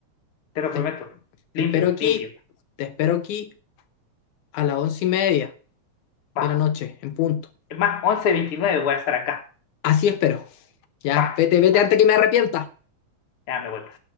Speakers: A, on the left (about 50°); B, on the left (about 85°).
A: Te lo
B: Te,
A: prometo.
B: te
A: Limpio,
B: espero aquí,
A: limpio.
B: te espero aquí a las once y media
A: Va.
B: de la noche, en punto.
A: Es más, once veintinueve voy a estar acá.
B: Así espero. Ya,
A: Va,
B: vete, vete
A: va.
B: antes que me arrepienta.
A: Ya me vueltas.